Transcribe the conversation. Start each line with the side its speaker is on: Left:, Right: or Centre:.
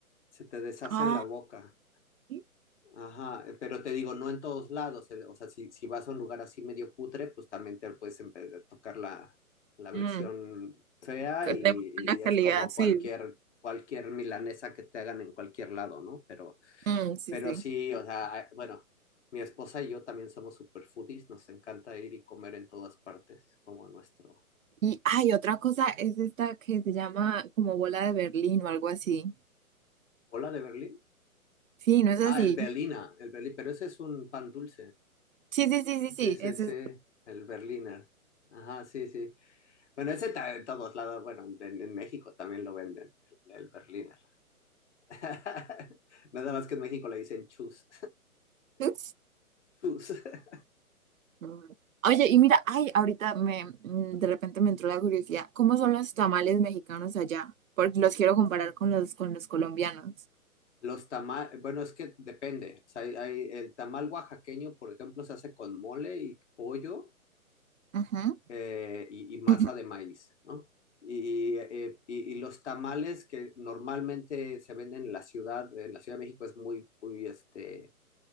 Left: Se te deshace
Right: ah,
Left: en la boca.
Right: Sí.
Left: Ajá, eh, pero te digo, no en todos lados. eh, O sea, si, si vas a un lugar así medio cutre, pues también te puedes empe- a tocar la, la versión
Right: mm,
Left: fea
Right: con-
Left: y,
Right: de muy buena calidad,
Left: y es como
Right: sí.
Left: cualquier, cualquier milanesa que te hagan en cualquier lado, ¿no? Pero,
Right: Mm, sí,
Left: pero
Right: sí.
Left: sí, o sea, ah, bueno, mi esposa y yo también somos super foodies, nos encanta ir y comer en todas partes, como nuestro.
Right: Y hay otra cosa, es esta que se llama como bola de Berlín o algo así.
Left: ¿Bola de Berlín?
Right: Sí, ¿no es así?
Left: Ah, el Berlina, el Berlín, pero ese es un pan dulce.
Right: Sí, sí, sí, sí, sí,
Left: Ese
Right: ese
Left: es el
Right: es.
Left: Berliner. Ajá, sí, sí. Bueno, ese está en todos lados, bueno, en, en México también lo venden, el, el Berliner. <laughs> Nada más que en México le dicen chus.
Right: Ups.
Left: Chus. <laughs>
Right: Mm. Oye, y mira, ay, ahorita me, mm, de repente me entró la curiosidad, ¿cómo son los tamales mexicanos allá? Porque los quiero comparar con los, con los colombianos.
Left: Los tamales, bueno, es que depende. O sea, hay- hay- el tamal oaxaqueño, por ejemplo, se hace con mole y pollo
Right: Ajá.
Left: eh, y, y masa
Right: <clears throat>
Left: de maíz, ¿no? Y, eh, y- y los tamales que normalmente se venden en la ciudad, en la Ciudad de México es muy, muy, este,